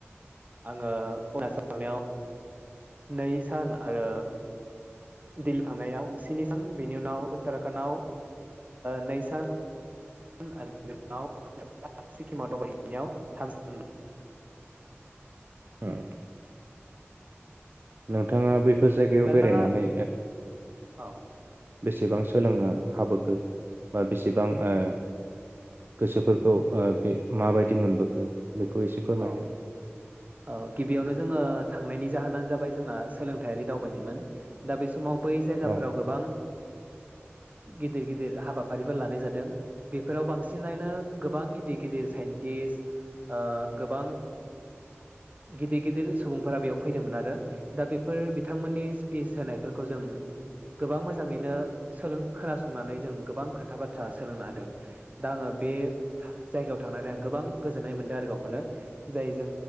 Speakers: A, on the right (about 35°); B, on the right (about 50°).
A: आङो उना सोांनायाव नै सान आरो दिल्ली थांनायाव स्नि सान बिनि उनाव उत्तराखणडआव नै सान आरो बेनि उनावोब सिक्किमाव दावबायहैनायाव थाम सान
B: <unintelligible> नोंथाङा बे बे जायगायाव
A: दा
B: बेरायनानै
A: नोंथाङा औ ओ
B: बेसेबां सोलोंनो हाबोखो बा बेसेां बेसेबां गोसोफोरखौ बे माबायदि मोनबोखो बेखौ एसे फोरमायदो
A: औ औ गिबियावनो जोङो थांनायनि जाहोनानो जाबाय जोंना सोलोंथारि दावबायनायमोन दा बे समाव बै जायगाफोराव
B: औ
A: गोबां गिदिर गिदिर हाबाफारिफोर लानाय जादों बेफोराव बांसिनानो गोबां गिदिर गिदिर साइन्टिस्ट गोबां गिदिर गिदिर सुबुंफोरा बेयाव फैदोंमोन आरो दा बेफोर बिथांमोननि स्पिस होनायफोरखौ जों गोबां मोजाङैनोोलों खोनासंनानै जों गोबां खोथा बाथ्रा सोलोंनो हादों दा आङो बे जायगायाव थांनानै आं गोबां गोजोननाय मोनदों आरो गावखौनो जाय जों